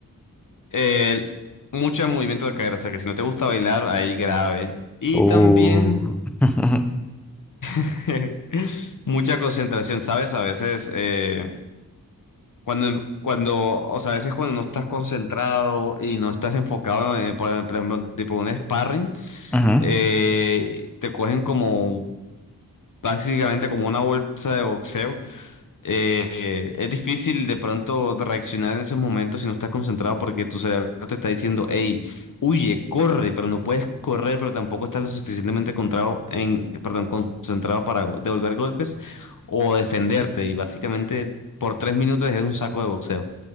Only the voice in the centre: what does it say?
Uh,
<laughs>
ujú.